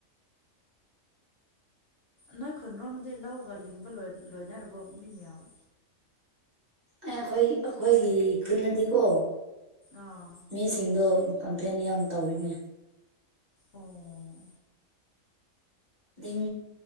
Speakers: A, on the left; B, on the right.
A: ꯅꯣꯏ ꯈꯨꯟꯔꯣꯝꯗꯤ ꯂꯧꯒ ꯂꯤꯡꯕ ꯂꯣꯏꯅꯔꯕꯣ ꯃꯤ ꯃꯌꯥꯝ
B: ꯑꯦ ꯑꯩꯈꯣꯏ ꯑꯩꯈꯣꯏꯒꯤ ꯈꯨꯜꯗꯗꯤꯀꯣ
A: ꯑꯥ
B: ꯃꯤꯁꯤꯡꯗꯣ ꯀꯝꯄꯦꯟ ꯌꯥꯝ ꯇꯧꯋꯤꯅꯦ
A: ꯑꯣ
B: ꯑ